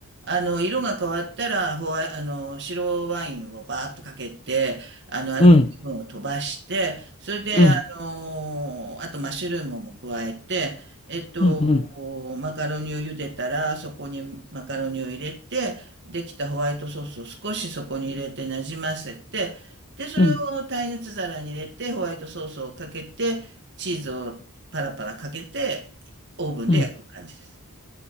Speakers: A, on the right (about 55°); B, on the left (about 25°).
A: あの、色が変わったら、ホワイ、あの、白ワインをバーッとかけて、あの、アルコール分を飛ばして、
B: うん
A: それで、
B: うん
A: あの、あとマッシュルームも加えて、えっと、
B: うんうん
A: マカロニを茹でたら、そこにマカロニを入れて、できたホワイトソースを少しそこに入れてなじませて、で、それを耐熱皿に入れて、
B: うん
A: ホワイトソースをかけて、チーズをパラパラかけて、オーブンで焼く感じです。
B: うん。